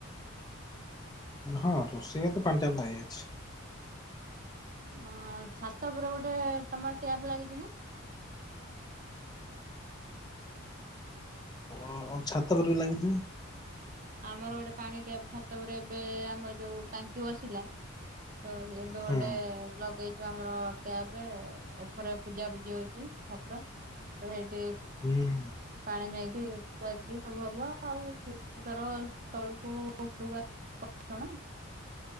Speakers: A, on the left; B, on the right.
A: ହଁ ରୋଷେଇଘରେ ତ ପାଣି ଟ୍ୟାପ୍ ନାଇଁ ଅଛି।
B: ଅଁ ଛାତ ଉପରେ ଗୋଟେ ତମର୍ ଟ୍ୟାପ୍ ଲାଗିଛି ନା?
A: ହଁ ଅଂ ଛାତ ପରେ ବି ଲାଗିଛି।
B: ଆମର ଗୋଟେ ପାଣି ଟ୍ୟାପ୍ ଛାତ ଉପରେ ଏବେ, ଆମର ଯୋଉ ଟାଙ୍କି ବସିଲା ତ ଏବେ ଗୋଟେ
A: ହୁଁ
B: ଲଗେଇ ଯୋ ଆମର ଟ୍ୟାପ୍ ରେ ଉପରେ ପୂଜା ପୂଜି ହଉଛି, ଠାକୁର, ସେଇଠି
A: ହୁଁମ୍
B: ପାଣି ନେଇକିି ଥୁଆ ଥୁଇ ସବୁ ହବ, ଆଉ କ୍ଲିପି ତାର ତଳକୁ ଉପରକୁ ଆସ୍ ପକ୍ ଚଣାମ୍।